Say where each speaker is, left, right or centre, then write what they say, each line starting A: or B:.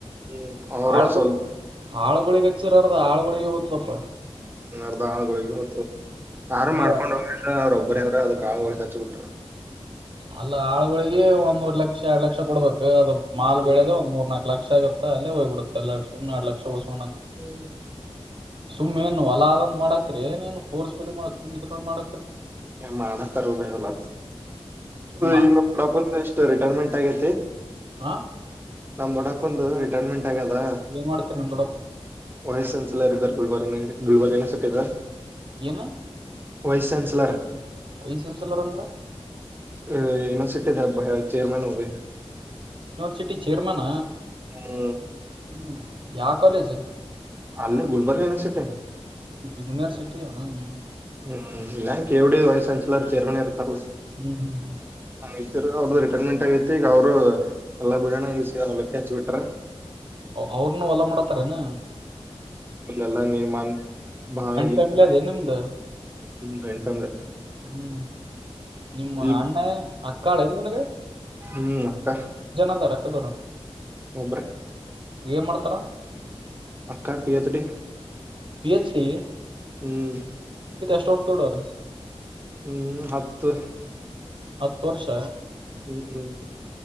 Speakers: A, on the right; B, on the right.
A: ಹ್ಮ್ ಅವ್ರೇ
B: ಆಳ್ಗಳು
A: ಸ್ವಲ್ಪ
B: ಆಳ್ುಗಳಿಗೆ ಹಚ್ಚಿರಾರದ ಆಳ್ುಗಳಿಗೆ ಒಪ್ಪ
A: ರ್ದ್ದ ಆಾಳುಗಳಿಗೆ ಹೊತ್ತು ಯಾರು
B: ಎಲ್ಲ
A: ಮಾಡ್ಕೊಂಡ್ ಹೋಗ ಅವ್ರೊಬ್ಬ್ರವ್ರ ಅದಕ್ ಆಾಳಗಳಿಗೆ ಹಚ್ಚ ಬಿಟ್ರ
B: ಅಲ್ಲ ಆಳ್ುಗಳಿಗೆ ಒಂದ್ ಮೂರ್ ಲಕ್ಷ ಎರಡ್ ಲಕ್ಷ ಕೊಡಬೇಕು ಅದು ಮಾಲ್
A: ಹ್ಮ್
B: ಬೆಳದ ಒಂದ್ ಮೂರ್ ನಾಕ ಲಕ್ಷ ಆುತ್ತತ್ತ ಅಲ್ಲಿ ಹೋಗ್ಬ ಬಿಡುತ್ತ ಎರ ಸುಮ ಎಡ್ ಲಕ್ಷ ಉಳಸೋಣ
A: ಹ್ಮ
B: ಸುಮ್ಮ್ ಏನು ಹೊಲ ಆದಂತ ಮಾಡತಿರಿ ಏ ಏನು ಕೋರ್ಸ್ಕಲಿ ಮಾಡ ಸುಮ್ ಇದ ಮಾಡ
A: ಮಾಡತರಲ
B: ಸುಮ್ಮ
A: ಈಗಡ ಎಷ್ಟು ರಿಟೈರ್ಮೆಂಟ್ ಆಗ
B: ಹಾ
A: ನಮ ದೊಡ್ಡಪ್ಪಂದು ರಿಟೈರ್ಮೆಂಟ್ ದ
B: ಏನ್ ಮಾಡ್ತೀರಿ ನಿಮ್ ದೊಡ್ಡಪ್ಪ
A: ವಯಸನ್ಸ ಇ ಗುಲ್ಬರ್ ಗುಲ್ಬರ್ ನ ಸಾಲ್ಲ
B: ಏನು
A: ವೈಸ್ ಚಾನ್ಸಲರ್
B: ವಯ್ಸ ಇಮಸಲ್ಲರಂದ್ರ
A: ಯುನಿವರ್ಸಿಟಿ ನ ಚೇರ್ಮನ್ ಹಬ
B: ಯೂನಿವರ್ಸಿಟಿ ಚೇರ್ಮಾನ
A: ಹ್ಮ
B: ಹ್ಮ್ ಯಾವ ಕಾಲೇಜು
A: ಅಲ್ಲಿ ಗುಲ್ಬರ್ಗನ ಸಟೆ
B: ಯೂನಿವರ್ಸಿಟಿ ಹ್ಮ್
A: ಹ್ಮ್ ಇಲ್ಲ ಕೆ ಡಿ ವೈಸ್ ಚಾನ್ಸಲರ್ ಚೇರ್ಮನೆಿ ಇರ್ತ್ತೆ ಲ್ಲ
B: ಹ್ಮ್ ಹ್ಮ್ ಹ್ಮ್
A: ಇದರು ಅವ್ರದು ರಿಟೈರ್ಮೆಂಟ್ ಆಗಿತಿ ಈಗ ಅವರು ಎಲ್ಲಾ ಬಿಡೋಣಸ ಹೊಲಕ್ಕ ಹಚ್ಚಚ್ಬ ಬಿಟ್ರ
B: ಅವ್ರನು ಹೊಲ ಮಾಡತಾರನಾ
A: ಇೆಲ್ಲ ನೀರ್ಮ ಭಾವಿಿಗೆ
B: ಫ್ಯಾಮಿಲಿ
A: ಹ್ಮ
B: ಅದೇ ನಿಮ್ದು
A: ಜಾಯಿಂಟ್ ಫ್ಯಾಮಿಲಿ
B: ಹ್ಮ್ ನಿಮ್ಮ
A: ಇಲ್
B: ಅಣ್ಣ ಅಕ್ಕಾಳ ಎಲ್ಲಿ ನಿನಗೆ
A: ಹ್ಮ್ ಅಕ್ಕಾ
B: ಹದರಕ್ಕ ತರ
A: ಒಬರ
B: ಏನು ಮಾಡ್ತಾರ
A: ಅಕ್ಕಾ ಪಿಯತ ಡೆ
B: ಪಿ ಹೆಚ್ ಡಿ
A: ಹ್ಮ್
B: ಷ್ಟೋರ್ಸ್ ತೋಡ ಅವ
A: ಹ್ಮ್ ಹತ್ತು
B: ಹತ್ತು ವರ್ಷ
A: ಹ್ಮ್ ಹ್ಮ್